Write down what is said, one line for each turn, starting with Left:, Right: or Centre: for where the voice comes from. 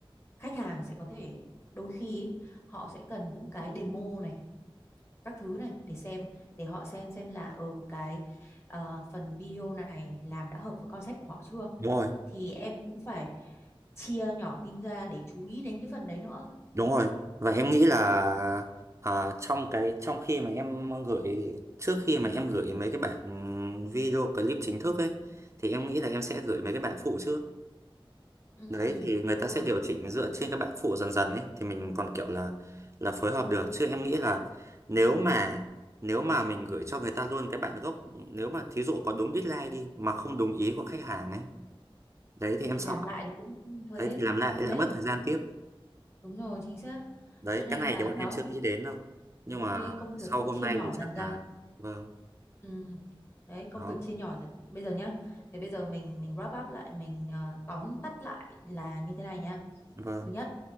Left: khách hàng sẽ có thể đôi khi ý, họ sẽ cần những cái demo này, các thứ này để xem để họ xem xem là ở cái ờ, phần video này làm đã hợp với concept của họ chưa
Right: đúng rồi
Left: thì em cũng phải chia nhỏ team ra để chú ý đến cái phần đấy nữa
Right: Đúng rồi. Và em nghĩ là à, trong cái trong khi mà em gửi trước khi mà em gửi mấy cái bản video clip chính thức ấy thì em nghĩ là em sẽ gửi mấy cái bản phụ trước.
Left: ừ
Right: Đấy thì người
Left: rồi
Right: ta sẽ điều chỉnh dựa trên các bản phụ dần dần ấy thì mình còn kiểu là là phối hợp được chứ em nghĩ là nếu mà nếu mà mình gửi cho người ta luôn cái bản gốc nếu mà thí dụ có đúng deadline đi mà không đúng ý của khách hàng ấy đấy thì em
Left: thì
Right: sợ
Left: làm lại thì cũng thuế
Right: đấy thì làm lại
Left: cũng thế
Right: lại mất thời gian tiếp
Left: đúng rồi chính xác
Right: đấy
Left: cho nên
Right: cái này
Left: là
Right: thì bọn
Left: đó
Right: em chưa nghĩ đến đâu nhưng
Left: ok
Right: mà
Left: công việc
Right: sau
Left: cứ
Right: hôm
Left: chia
Right: nay
Left: nhỏ
Right: thì
Left: dần
Right: chắc
Left: ra
Right: là vâng
Left: ừ đấy công
Right: đó
Left: việc chia nhỏ dần bây giờ nhá thì bây giờ mình mình wrap up lại mình ờ, tóm tắt lại là như thế này nhá
Right: vâng
Left: thứ nhất